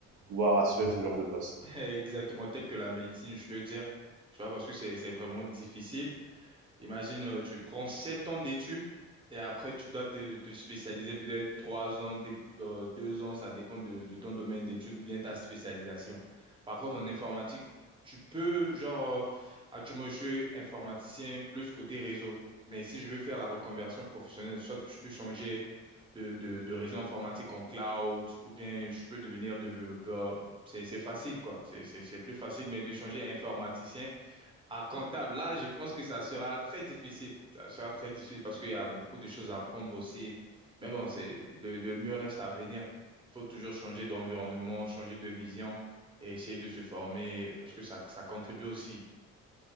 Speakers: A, on the right; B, on the right.
A: pouvoir assurer ce genre de poste.
B: <laughs> Exactement. Tel que la médecine, je peux dire. Tu vois, parce que c'est, c'est vraiment difficile. Imagine, euh, tu prends sept ans d'études et après, tu dois te, te spécialiser peut-être trois ans, dé- euh, deux ans, ça dépend de, de ton domaine d'études ou bien ta spécialisation. Par contre, en informatique, tu peux, genre, euh, actuellement, je suis informaticien plus côté réseau. Mais si je veux faire la reconversion professionnelle, soit je peux changer de, de, de réseau informatique en cloud ou bien je peux devenir développeur. C'est, c'est facile, quoi. C'est, c'est, c'est plus facile, mais de changer informaticien. À comptable, là, je pense que ça sera très difficile. Ça sera très difficile parce qu'il y a beaucoup de choses à apprendre aussi. Mais bon, c'est le, le mieux reste à venir. Il faut toujours changer d'environnement, changer de vision et essayer de se former parce que ça, ça contribue aussi.